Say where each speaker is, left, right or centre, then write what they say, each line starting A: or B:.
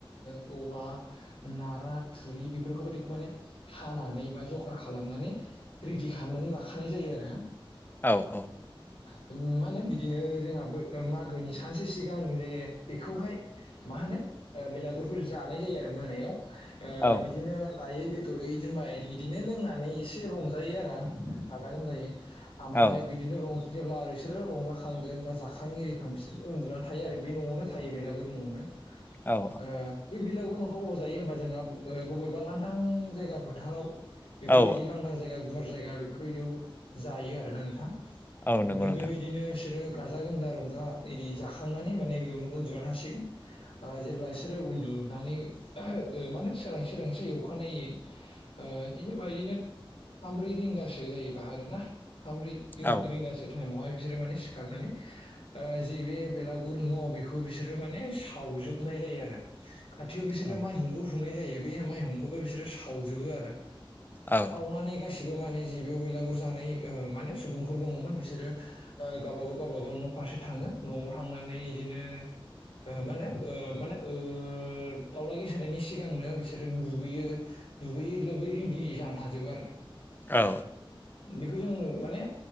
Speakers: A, on the left; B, on the left.
A: ओ औवा, नारा, थुरि बेफोरखौ दिखौ माने हानानै बा जगार खालामनानै रेडि खालामनानै लाखानाय जायो आरो
B: औ औ
A: ओ ओम मा होनो बिदिनो जोंहाबो मागोनि सानसे सिगां जे बेखौहाय मा होनो ओ बेलागुरखौ जानाय जायो आरो मोनायाव ओ
B: औ
A: बिदिनो नायै बेदरै जुमाय बिदिनो लोंनानै एसे रंजायो आरो गाजा-गोमजायै आमफाय
B: औ
A: बिदिनो रं जेब्ला बिसोरो रंजाखांगोन बा जाखां एरिखां बिसोर उन्दुनानै थायो आरो बे न'आवनो थायो बेलागुर न'आवनो आ
B: औ
A: बि बि लागुर न'खौ अबाव जायो होमबा जोंहा बबेबा लांदां जायगा फोथाराव बेफोरबायदि
B: औ
A: लांदां जायगा गुवार जायगा बेफोरबायदियाव जायो आरोना नोंथां दा
B: औ नंगौ नोंथां
A: बेबायदिनो बिसोरो गाजा-गोमजा रंजा एरि जाखांनानै माने बेयावनो उनदुना थासिगोन ओ जेब्ला बि सोरो उन्दुनानै ओ माहोनो सोरां सोरांसि अखानायै ओ बिदिनो बादिनो थामब्रै रिंगासो जायोबा आरो ना थाम ब्रै रिं-रिंगासो
B: औ
A: टाइमावहाय बिसोरो माने सिखारनानै ओ जि बे बेलागुर न' बेखौ बिसोरो माने सावजोबनाय जायो आरो खाथियाव बिसोरो
B: औ
A: माइहुंबो खुंनाय जायो बे माइहुंखौबो बिसोरो सावजोबो आरो सावनानै
B: औ
A: गासि बो माने जि बेयाव बेलागुर जानाय माने सुबुंफोर दङमोन बिसोरो ओ गावबा गाव गावबा गाव न' फा फारसे थाङो न'आव थांनानै बिदिनो ओ मा होनो ओ मा होनो ओ दावला गेसेरनायनि सिगांनो बिसोरो दुगैयो दुगैयै लोबै रेडि जाना थाजोबो आरो
B: औ
A: बेखौ जों माने